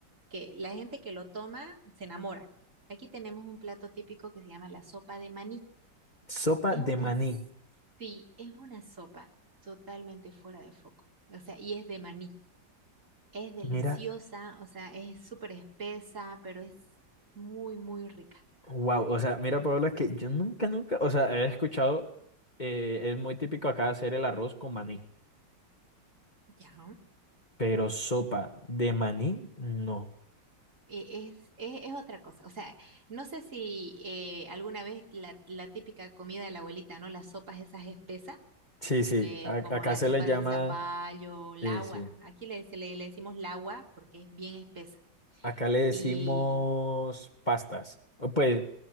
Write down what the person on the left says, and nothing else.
Sopa
de maní.
Mira,
wow, o sea, mira, Paola, que yo nunca, nunca, o sea, he escuchado, eh, es muy típico acá hacer el arroz con maní,
pero sopa de maní, no.
Sí, sí,
a-
acá
se
le llama,
sí,
sí,
acá le decimos
pastas. O, Pues